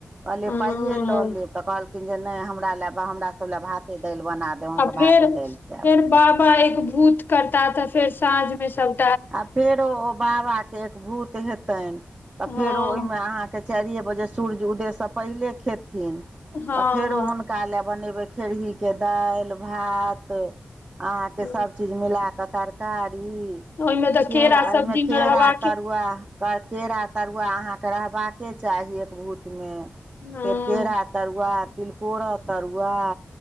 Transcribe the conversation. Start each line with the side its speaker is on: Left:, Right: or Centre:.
Right: कहलियै
Left: हँ
Right: पाइयए लऽ लेब, तऽ कहलखिन जे नहि हमरा लेबऽ हमरा। सब लए भाते -दाइल बना देब, हमसभ
Left: आ फेर
Right: भाते -दाइल खाइब।
Left: फेर बाबा एक एकभूत करता ता फेर साँझ मे सब
Right: आ फेरो ओ बाबा के एकभूत हेतैन, तऽ
Left: हँ
Right: फेरो ओहिमे अहाँके। चारिये बजे सूर्य उदय से पहिले खेथिन,
Left: हँ हँ
Right: तऽ फेरो हुनका ले बनेबे। खेरही के दाइल, भात, अहाॅंके
Left: हँ,
Right: सब चीज। मिला कऽ तरकारी,
Left: ओहिमे तऽ
Right: के
Left: केरा
Right: एहिमे
Left: सब्जीमे
Right: केरा
Left: रहबाक
Right: तरुआ अह केरा तरुआ अहाँके रहबाके चाही, एकभूतमे।
Left: हँ
Right: केरा तरुआ, तिलकोर तरुआ।